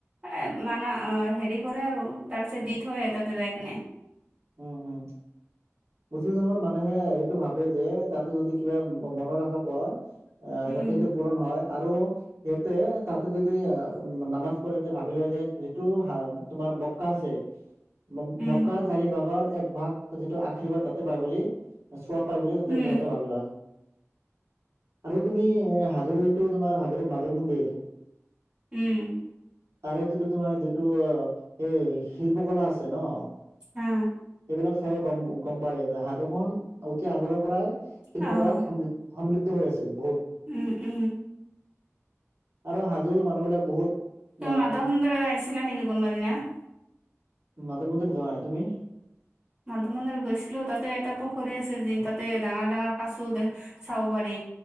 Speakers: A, on the right; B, on the right.
A: এ মানা অ হেৰি কৰে আৰু তাৰ পিছত দি থৈ তাতে যাই কিনে
B: উম হো। মুছলিম ধৰ্মৰ মানুহে এইটো ভাবে যে তাতে যদি কিবা মনৰ আশা কৰা। আহ'
A: উম
B: তাতে সেইটো পূৰণ হয় আৰু সিহঁতে তাতে যদি আহ নামাজ পঢ়ে তে ভাবি লয় যে যিটো হা তোমাৰ মক্কা আছে। ম
A: উম,
B: মক্কাৰ চাৰি ভাগৰ এক ভাগ যিটো আশীৰ্বাদ তাতে পায় বুলি। চোৱা পাই বুলি তাতে
A: উম,
B: হেতে ভাবি লয়। আৰু তুমি এ হাজৰিটো তোমাৰ হাজৰিত মাধৱ মন্দিৰ
A: উম
B: তাৰে যিটো তোমাৰ যিটো অ এই শিল্পকলা আছে ন।
A: হা
B: এইবিলাক চাই গম গম পাই যে সাধুখন অতি আগৰে পৰাই শিল্পকলাত
A: অ',
B: সমৃধ- সমৃদ্ধ হৈ আছিল বহুত।
A: উম উম
B: আৰু হাজোৰ মানুহ বিলাক বহুত মান
A: মদন্ন্দৰ আয়ছিলে নক কোন পাদ দিনে <unintelligible>
B: মাধৱ মন্দিৰ যোৱা নাই। তুমি?
A: মাধ মন্দিৰ গৈছিলোঁ তাতে এটা পুখুৰী আছে যিন তাতে ডাঙৰ ডাঙৰ কাচো দেখ চাব পাৰি,